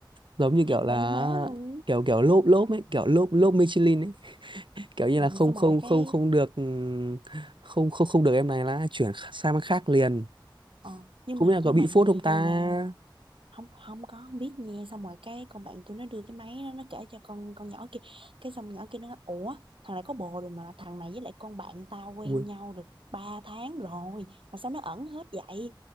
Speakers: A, on the right; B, on the right.
A: giống như kiểu là
B: ê má luôn
A: kiểu kiểu lốp lốp ấy kiểu lốp lốp Michelin ấy kiểu như
B: ừ,
A: là không
B: xong
A: không
B: rồi cái
A: không không được ừm, không không không được em này là chuyển kh- sang bên khác liền
B: ờ, nhưng
A: không
B: mà
A: biết là
B: nhưng
A: có bị
B: mà
A: phốt
B: như
A: không ta
B: nè không không có không biết nha xong rồi cái con bạn tôi nó đưa cái máy nó nó kể cho con con nhỏ kia cái xong nhỏ kia nó nói ủa thằng này có bồ rồi mà thằng này với lại con bạn tao quen
A: Ui,
B: nhau được 3 tháng rồi mà sao nó ẩn hết vậy